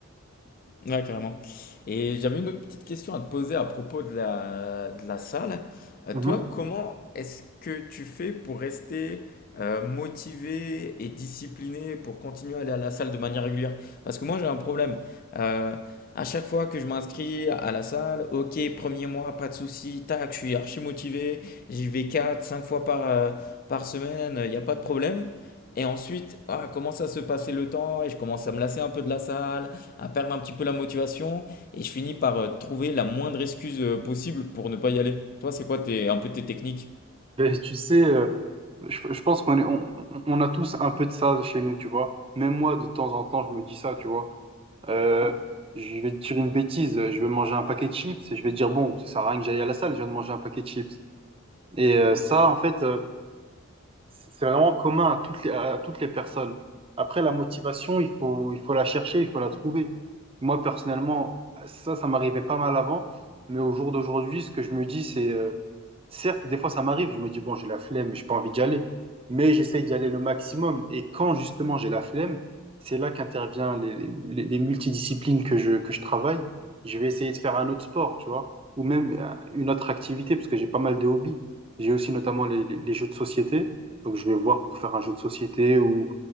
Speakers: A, on the left; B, on the right.
A: Ouais, carrément. Et j'avais une autre petite question à te poser à propos de la, de la salle. Euh,
B: Mhm.
A: toi, comment est-ce que tu fais pour rester euh, motivé et discipliné pour continuer à aller à la salle de manière régulière? Parce que moi, j'ai un problème. Euh, à chaque fois que je m'inscris à la salle, ok, premier mois, pas de souci, tac, je suis archi motivé, j'y vais 4 5 fois par, euh, par semaine, il n'y a pas de problème. Et ensuite, ah, commence à se passer le temps et je commence à me lasser un peu de la salle à perdre un petit peu la motivation et je finis par euh, trouver la moindre excuse euh, possible pour ne pas y aller. Toi, c'est quoi tes, un peu tes techniques?
B: Et tu sais, euh, je, je pense qu'on est, on, on- on a tous un peu de ça chez nous, tu vois. Même moi, de temps en temps, je me dis ça, tu vois. Euh, je vais te dire une bêtise, je vais manger un paquet de chips et je vais dire, bon, ça sert à rien que j'aille à la salle, je viens de manger un paquet de chips. Et euh, ça, en fait. euh, c'est vraiment commun à toutes les, à toutes les personnes. Après, la motivation, il faut, il faut la chercher, il faut la trouver. Moi, personnellement, ça, ça m'arrivait pas mal avant, mais au jour d'aujourd'hui, ce que je me dis, c'est, euh, certes, des fois, ça m'arrive, je me dis, bon, j'ai la flemme, j'ai pas envie d'y aller, mais j'essaye d'y aller le maximum. Et quand, justement, j'ai la flemme, c'est là qu'intervient les, les, les multidisciplines que je, que je travaille. Je vais essayer de faire un autre sport, tu vois, ou même euh, une autre activité, parce que j'ai pas mal de hobbies. J'ai aussi notamment les, les les jeux de société. Donc je vais voir pour faire un jeu de société ou,